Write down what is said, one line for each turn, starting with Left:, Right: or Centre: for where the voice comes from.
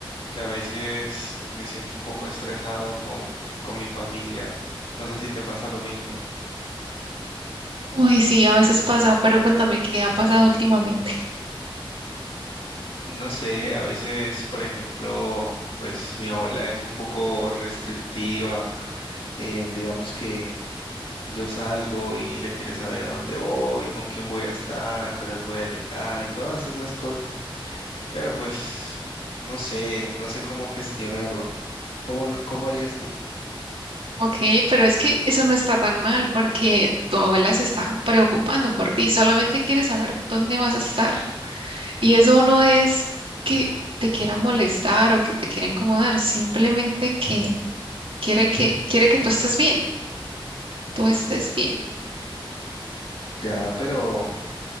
Left: que a veces me siento un poco estresado con, con mi familia. No sé si te pasa lo mismo.
Right: Uy, sí, a veces pasa, pero cuéntame qué ha pasado últimamente.
Left: No sé, a veces, por ejemplo, pues mi abuela es un poco restrictiva. eh, digamos que yo salgo y ella quiere saber a dónde voy, con quién voy a estar, a qué horas voy a llegar y todas esas cosas. Pero pues, no sé, no sé cómo gestionarlo. ¿Cómo, cómo harías tú?
Right: Ok, pero es que eso no está tan mal porque tu abuela se está preocupando por ti, solamente quiere saber dónde vas a estar. Y eso no es que te quiera molestar o que te quiera incomodar, simplemente que quiere que, quiere que tú estés bien, tú estés bien.
Left: Ya, pero